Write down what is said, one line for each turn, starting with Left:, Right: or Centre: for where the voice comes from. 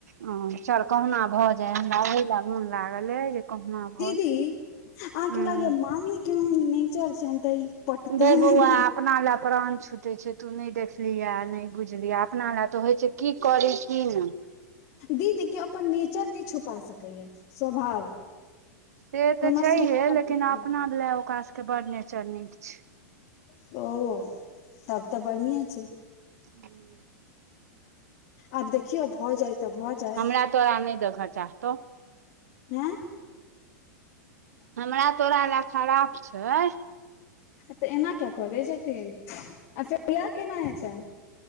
Right: ह चल कहुना भऽ जाय हमरा ओहि लऽ मोन लागल हे जे कहुना भऽ
Left: दीदी
Right: जाय
Left: आके
Right: हूँ
Left: लागै मामी केन नेचर छै त ई पटतनि
Right: गै बौआ अपना लए प्राण छुटे छै तू नै देखलियहे नै बुझलियह अपना लए तऽ होइ छै की करै की ने
Left: दीदी केँ अपन नेचर नै छुपा सकैए स्वभाव
Right: से तऽ
Left: हमर
Right: छैहे
Left: स्वभाव
Right: लेकिन
Left: केहन
Right: अपना लए ओकरा सभ केँ बड़ नेचर नीक छै
Left: अछि ओ <inaudible> तब तऽ बढ़िए छै
Right: <unintelligible>
Left: आब देखिय भऽ जाइ तऽ भऽ जाय
Right: हमरा तोरा नै देख चाहतौ
Left: आँ
Right: हमरा तोरा लए खराब छै
Left: तऽ एना किया करै छथिन आ फेह <unintelligible> केना हेतैन